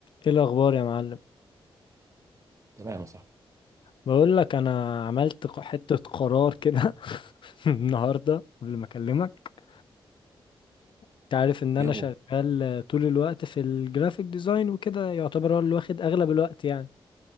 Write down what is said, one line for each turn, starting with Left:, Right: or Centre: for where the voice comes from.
Left: ايه الاخبار يا معلم
Right: تمام يا صاحبي
Left: بقول لك انا عملت ق- حتة قرار كده <laughs> النهارده قبل ما اكلمك انت عارف ان انا
Right: يلا
Left: شغال طول الوقت في الجرافيك ديزاين وكده يعتبر هو اللي واخد اغلب الوقت يعني